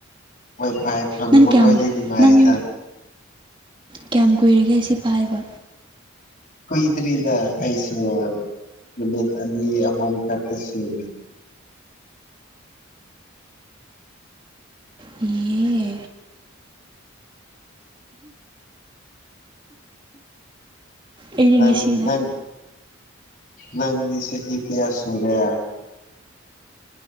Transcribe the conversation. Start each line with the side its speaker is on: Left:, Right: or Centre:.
Left: ꯋꯥꯏ ꯐꯥꯏ ꯐꯪꯕ
Right: ꯅꯪ ꯀꯌꯥꯝ
Left: ꯈꯣꯏꯗꯤ ꯅꯨꯡꯉꯥꯏꯗ
Right: ꯅꯪ ꯀꯌꯥꯝ ꯀꯨꯏꯔꯒꯦ ꯑꯁꯤ ꯄꯥꯏꯕ
Left: ꯀꯣꯏꯗ꯭ꯔꯤꯗ ꯀꯩꯁꯨ ꯅꯨꯃꯤꯠ ꯑꯅꯤ ꯑꯍꯨꯝ ꯈꯇ ꯁꯨꯔꯤ
Right: ꯌꯦ ꯑꯩꯗꯤ
Left: ꯅꯪ
Right: ꯉꯁꯤꯅ
Left: ꯅꯪ ꯅꯪꯗꯤ ꯆꯍꯤ ꯀꯌꯥ ꯁꯨꯔꯦ